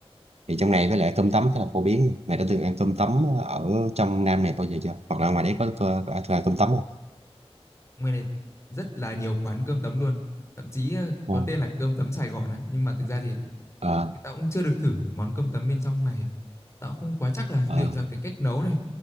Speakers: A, on the right; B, on the left.
A: thì trong này với lại cơm tấm khá là phổ biến mày đã từng ăn cơm tấm ở trong Nam này bao giờ chưa hoặc là ngoài đấy có, có, có, có ăn cơm tấm không
B: Ngoài này rất là nhiều quán cơm tấm luôn. Thậm chí ờ,
A: Ồ,
B: có tên là cơm tấm Sài Gòn ấy. Nhưng mà thực ra thì,
A: ờ
B: thì tao cũng chưa được thử món cơm tấm bên trong này. Tao cũng không quá chắc là
A: ờ
B: liệu rằng cái cách nấu này